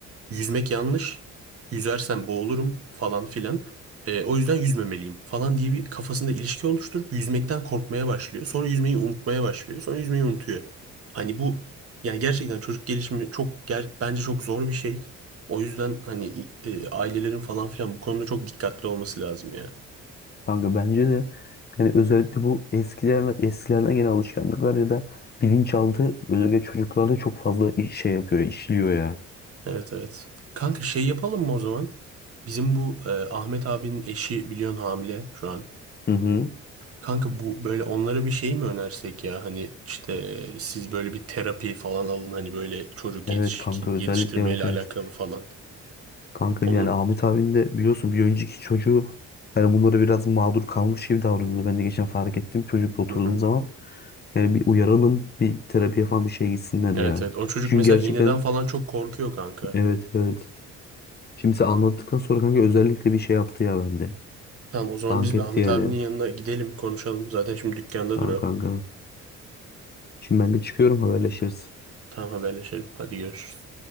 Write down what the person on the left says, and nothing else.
Kanka bence de yani özellikle bu eskilerden, eskilerden gelen alışkanlıklar ya da bilinçaltı özellikle çocuklarda çok fazla iş- şey yapıyor, işliyor ya.
Hı hı.
Evet
kanka özellikle
evet
evet.
Kanka
yani Ahmet abin de biliyorsun bir önceki çocuğu yani bunları biraz mağdur kalmış gibi davranıyordu. Ben de geçen fark ettim çocukla oturduğum
zaman. Yani bir uyaralım bir terapiye falan bir şey gitsinler
ya.
Çünkü
gerçekten
evet evet. Şimdi sen anlattıktan sonra kanka özellikle bir şey yaptı ya bende.
Dank
etti
yani.
Tamam
kanka. Şimdi ben de çıkıyorum haberleşiriz.